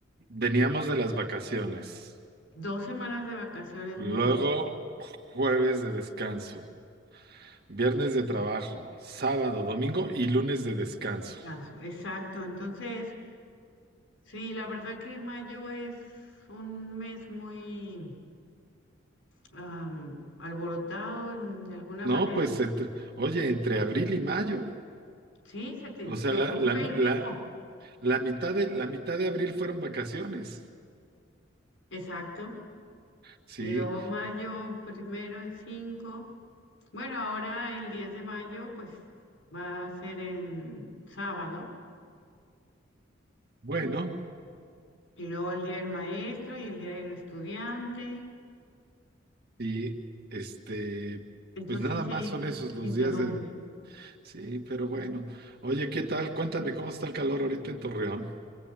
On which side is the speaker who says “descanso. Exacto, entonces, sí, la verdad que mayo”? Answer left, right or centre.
Left